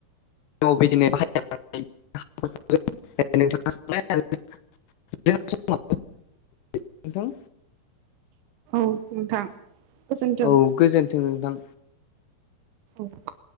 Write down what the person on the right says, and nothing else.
औ नोंथां गोजोनथों
औ